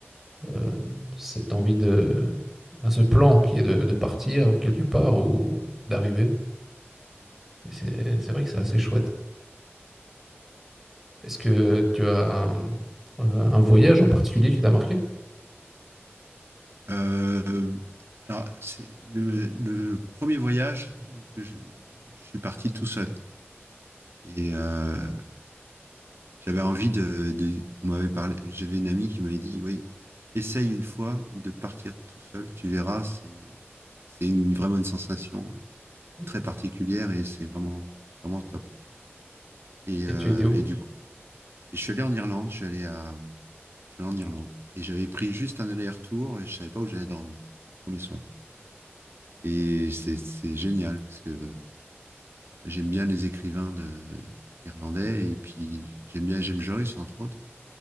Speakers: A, in the centre; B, on the right.
A: euh, cette envie de, enfin, ce plan qui est de, de partir quelque part ou d'arriver.
B: ouais, c'est
A: Et c'est,
B: ça. ouais.
A: c'est vrai que c'est assez chouette. Est-ce
B: Et-
A: que tu as euh, un voyage en particulier qui t'a marqué?
B: euh, alors, c'est le, le premier voyage que je, je suis parti tout seul. Et euh, j'avais envie de, de- On m'avait parlé. J'avais une amie qui m'avait dit, oui, essaye une fois de partir tout seul. Tu verras, c'est c'est une, vraiment une sensation.
A: Mhm.
B: très particulière et c'est vraiment, vraiment top. Et,
A: Et
B: euh,
A: tu étais où?
B: et du coup, et je suis allé en Irlande, je suis allé, à, je suis allé en Irlande et j'avais pris juste un aller-retour et je savais pas où j'allais dormir le premier soir. Et c'est c'est génial parce que j'aime bien les écrivains de, irlandais et puis j'aime bien James Joyce entre autres.